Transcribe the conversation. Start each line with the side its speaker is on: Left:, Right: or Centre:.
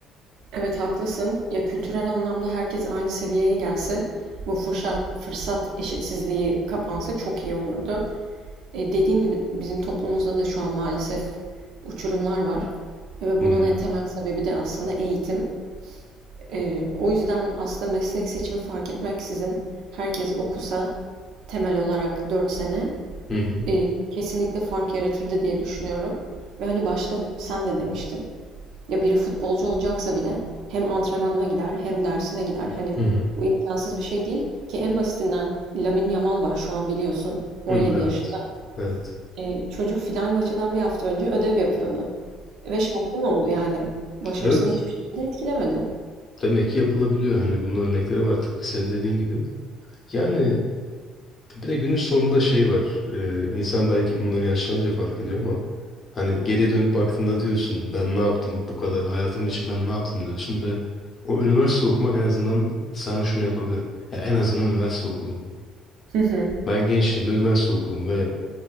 Right: Evet haklısın. Ya kültürel anlamda herkes aynı seviyeye gelse bu fırsat fırsat eşitsizliği kapansa çok iyi olurdu. E, dediğim gibi bizim toplumumuzda da şu an maalesef uçurumlar var. E, Ve
Left: Hı
Right: bunun
Left: hı.
Right: en temel sebebi de aslında eğitim. E, o yüzden aslında meslek seçimi fark etmeksizin herkes okusa temel olarak dört sene
Left: Hı hı.
Right: e, kesinlikle fark yaratırdı diye düşünüyorum. Ve hani başta sen de demiştin. Ya biri futbolcu olacaksa bile hem antrenmanına gider hem dersine gider. Hani
Left: Hı hı.
Right: bu imkansız bir şey değil ki en basitinden Lamine Yamal var şu an biliyorsun 17
Left: Hı, evet.
Right: yaşında.
Left: Evet.
Right: E, çocuk final maçından bir hafta önce ödev yapıyordu. Ve şampiyon oldu yani. Başarısını
Left: Evet.
Right: hiçbir şekilde etkilemedi.
Left: Demek ki yapılabiliyor. Hani bunun örnekleri var tıpkı senin dediğin gibi. Yani e, bir de günün sonunda şey var. E, insan belki bunları yaşlanınca fark ediyor ama hani geriye dönüp baktığında diyorsun ben ne yaptım bu kadar hayatım için ben ne yaptım diyorsun ve o üniversite okumak en azından sana şunu yapabilir. Ya en azından üniversite okudum.
Right: Hı hı.
Left: Ben gençliğimde üniversite okudum ve